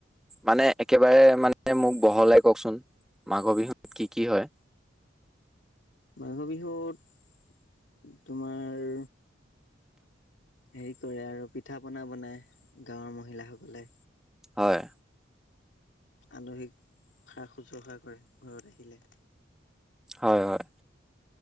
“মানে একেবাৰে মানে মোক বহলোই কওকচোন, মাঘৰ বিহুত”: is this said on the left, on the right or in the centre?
Centre